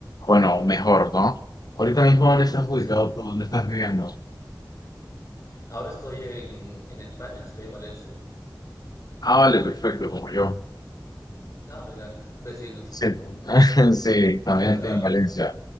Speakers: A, on the left (about 55°); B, on the left (about 40°).
A: bueno, mejor, ¿no? Ahorita mismo, ¿dónde estás ubicado
B: Sí.
A: tú? ¿Dónde estás viviendo?
B: Ahora estoy en, en España, estoy en Valencia.
A: Ah, vale, perfecto, como yo.
B: Ah, mira, vecinos.
A: Sí, <laughs> sí, también
B: <laughs>
A: estoy en Valencia.